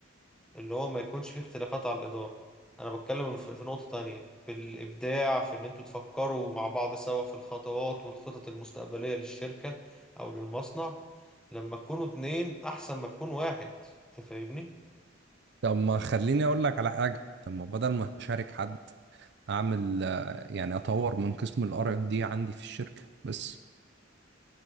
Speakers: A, in the centre; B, on the right.
A: اللي هو ما يكونش فيه اختلافات على الإدارة أنا بتكلم في في نقطة تانية في الإبداع في إن أنتوا تفكروا مع بعض سوا في الخطوات والخطط المستقبلية للشركة أو للمصنع لما تكونوا اتنين أحسن ما تكون واحد أنت فاهمني؟
B: طب ما خليني اقول لك على حاجة طب ما بدل ما اشارك حد اعمل آه، يعني اطور من قسم الار ان دي عندي في الشركه بس